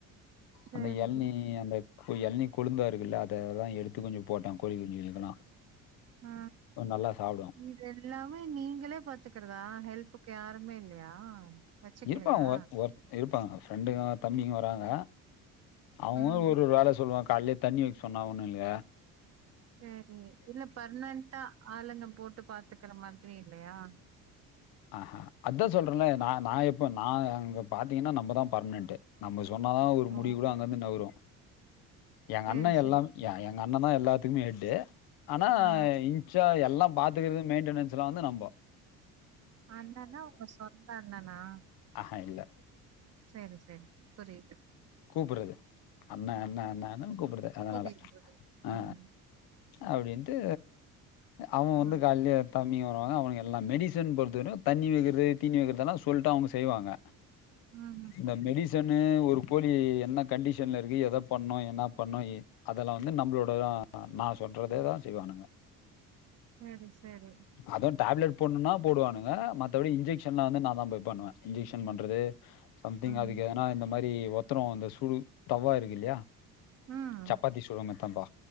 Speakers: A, on the right; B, on the left.
A: சேரி
B: அந்த எள்னி அந்த ஒரு எள்னி கொளுந்தா இருக்குல்ல அதெல்லா எடுத்து கொஞ்சோ போட்டே கோழி குஞ்சுங்களுக்கெல்லா
A: ஆ
B: கொ நல்லா சாப்டு
A: இதுயெல்லாமே நீங்களே பாத்துக்கறதா ஹெல்ப்புக்கு யாருமே இல்லையா வச்சுக்கலையா
B: இருப்பாங் ஒர் ஒர் இருப்பாங் ஃப்ரெண்டுங்க தம்பிங்க வராங்க அவுங்கவுங்களு
A: ம்ஹூம்
B: ஒரு ஒரு வேல சொல்லுவே கால்லே தண்ணி வெக்க சொன்னே அவுனுங்கலயே
A: சேரி இல்ல பர்மனென்டா ஆளுங்க போட்டு பாத்துக்கற மாதிரி இல்லையா
B: ஆ ஹா அதா சொல்றன் ல்ல நா நா இப்ப நா தா பாத்தீங்கன்னா நம்பதா பர்மனென்ட்டு நம்ப சொன்னாதா ஒரு
A: ஓ
B: முடி கூட அங்கந்து நவுரு எங்க
A: சரி
B: அண்ண எல்லா
A: சரி
B: எங்க அண்ணந்தா எல்லாத்துக்குமே ஹெட்டு ஆனா
A: ஆ
B: ஞ்சா எல்லா பாத்துக்கறது மெயின்டெனன்ஸ்லா வந்து நம்போ
A: அண்ணனா உங்க சொந்த அண்ணனா
B: ஆஹா இல்லை
A: சேரி சேரி புரிது
B: கூப்டுது அண்ண அண்ண அண்ணன்னு கூப்து அதனால
A: புரியுது புரியுது
B: ஆ
A: ம்
B: அப்டின்ட்டு அவே வந்து
A: ம்
B: கால்லே தம்பிங்க வருவாங்க அவுனுங்க எல்லா மெடிசன் பொறுத்தவரியு தண்ணி வெக்கிறது தீனி வெக்கிறதெல்லா சொல்ட்டா அவுங்க செய்வாங்க
A: ம் ஹும்
B: இந்த மெடிசன்னு ஒரு கோழி என்ன கண்டிஷன்ல இருக்கு எத பண்ணு என்னா பண்ணு அதல்லா வந்து நம்ளோட தா நா சொல்றதே தா செய்வானுங்க
A: சேரி சேரி
B: அதுவு டேப்லெட் போண்ணுனா போடுவானுங்க மத்தபடி இன்ஜெக்க்ஷன்லா வந்து நா தா போய் பண்ணுவே இன்ஜெக்க்ஷன் பண்றது சம்திங்
A: ம்
B: அதுக்கு ஏனா இந்த மாரி ஒத்தரோ இந்த சூடு தவா இருக்கு இல்லியா
A: ம்
B: சப்பாத்தி சுடுவமே தவா